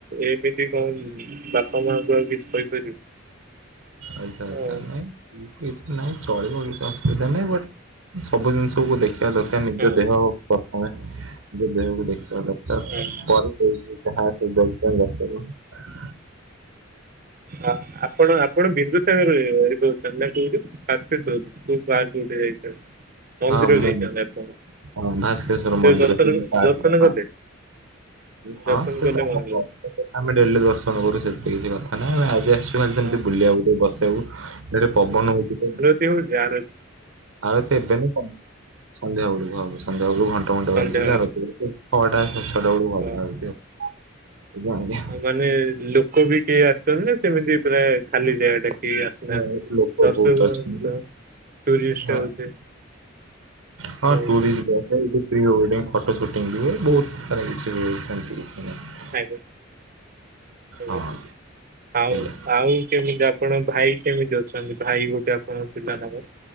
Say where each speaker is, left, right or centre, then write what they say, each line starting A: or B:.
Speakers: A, on the right; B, on the right.
A: ଏମିତି କଣ ବାପା ମାଙ୍କୁ ଆଉ କିଛି କହିପାରିବୁ?
B: ଆଛା ଆଚ୍ଛା
A: ହଁ ହଁ
B: ନାଇଁ କିଛି ନାଇଁ, ଚଳିବ, କିଛି ଅସୁବିଧା ନାହିଁ ବଟ୍ ସବୁ ଜିନିଷକୁ ଦେଖିବା ଦରକାର, ନିଜ
A: ହଁ
B: ଦେହ ପ୍ରଥମେ ନିଜ ଦେହକୁ ଦେଖିବା ଦରକାର।
A: ହୁଁ।
B: ପରେ ଦେଇଛି ଯାହା, <unintelligible> ବୁଝିଲେ?
A: ଆ ଆପଣ ଆପଣ ବିନ୍ଦୁସାଗର ଆଡେ ରହୁଛନ୍ତି ନା କୋଉଠି? ସାସ୍କ୍ରିତ ଟୁଲ, କୋଉ ପାର୍କ ଗୋଟେ ଯାଇଛନ୍ତି, ମନ୍ଦିର
B: ଆଉ- ହଁ ମୁଁ
A: ଯାଇଛନ୍ତି ଆପଣ।
B: ହଁ ଭାସ୍କେରଶ୍ଵର ମନ୍ଦିର,
A: ଦର୍ଶନ
B: ସେଠି ପାର୍କ
A: ଦର୍ଶନ
B: ଥିଲା
A: କଲେ
B: ହଁ, ହଁ
A: ଦର୍ଶନ
B: ସେଟା
A: କଲେ
B: ଆମ
A: ମନ୍ଦିର
B: ପାର୍କ। ଆମେ ଡେଲି ଦର୍ଶନ କରୁ, ସେମିତି କିଛି କଥା ନାହିଁ, ଆମେ ଆଜି ଆସିଛୁ। ତୁ ଖାଲି ସେମିତି
A: ହଁ
B: ବୁଲିବାକୁ ଗୋଟେ ବସିବାକୁ, ଏଠି ପବନ ହଉଛି ତ।
A: କେଉଁ ଯାର
B: ଆଳତି ଏବେ ନା କଣ, ସନ୍ଧ୍ୟା ବେଳକୁ ହବ। ସନ୍ଧ୍ୟା ବେଳୁ ଘଣ୍ଟ ଘଣ୍ଟ
A: ସନ୍ଧ୍ୟାବେଳେ
B: ବାଜିକି ଆରତୀ ହଉଛି। ଛଅଟା, ସାଢ଼େ ଛଅଟା ବେଳକୁ ହବ
A: ହଁ
B: ଆଳତି। ଆଜ୍ଞା ଆଜ୍ଞା।
A: ମାନେ ଲୋକ ବି କେହି ଆସୁଛନ୍ତି ନା ସେମିତି ପୁରା ଖାଲି ଜାଗାଟା? କେହି ଆସିନାହାନ୍ତି।
B: ନାଇଁ, ଏଠି ଲୋକ
A: ଦର୍ଶକ
B: ବହୁତ ଅଛନ୍ତି
A: ଏ ତ ଟୁରିଷ୍ଟ
B: ହଁ
A: ହଉଛି।
B: ହଁ
A: ଓହୋ
B: ଟୁରିଷ୍ଟ ବା। ନା ଏଠି ପ୍ରି ୱେଡିଂ ଫଟୋ ସୁଟିଂ ବି ହୁଏ। ବହୁତ ସାରା କିଛି। <unintelligible>
A: ଆଜ୍ଞା, ଆଜ୍ଞା।
B: ହଁ
A: ଆଉ
B: ଏଇଆ।
A: ଆଉ କେମିତି ଆ ପଣ ଭାଇ କେମିତି ଅଛନ୍ତି, ଭାଇ ଗୋଟେ ଆପଣଙ୍କ ଥିଲା ନା କଣ?